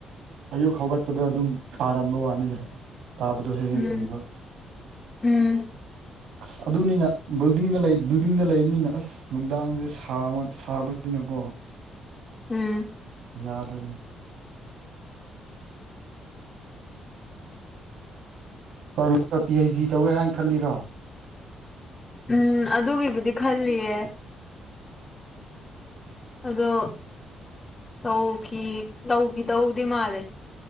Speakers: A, on the right (about 80°); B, on the left (about 25°).
A: ꯑꯌꯨꯛ ꯍꯧꯒꯠꯄꯗ ꯑꯗꯨꯝ ꯇꯥꯔꯝꯕ ꯋꯥꯅꯤꯗ ꯇꯥꯕꯗꯣ ꯍꯦꯛ ꯍꯦꯛ
B: ꯎꯝ
A: ꯎꯨꯕ
B: ꯎꯝ
A: ꯑꯁ ꯑꯗꯨꯅꯤꯅ ꯕꯤꯜꯗꯤꯡꯗ ꯂꯩ ꯕꯤꯜꯗꯤꯡꯗ ꯂꯩꯕꯅꯤꯅ ꯑꯁ ꯅꯨꯡꯗꯥꯡꯁꯦ ꯁꯥꯃ ꯁꯥꯕꯁꯤꯅꯀꯣ
B: ꯎꯝ
A: ꯌꯥꯗ꯭ꯔꯕꯅꯤ ꯄꯥꯔꯂ ꯄꯤ ꯑꯩꯆ ꯗꯤ ꯇꯧꯒꯦ ꯍꯥꯏꯅ ꯈꯜꯂꯤꯔꯣ
B: ꯎꯝ ꯑꯗꯨꯒꯤꯕꯨꯗꯤ ꯈꯜꯂꯤꯌꯦ ꯑꯗꯣ ꯇꯧꯈꯤ ꯇꯧꯈꯤ ꯇꯧꯗꯦ ꯃꯥꯜꯂꯦ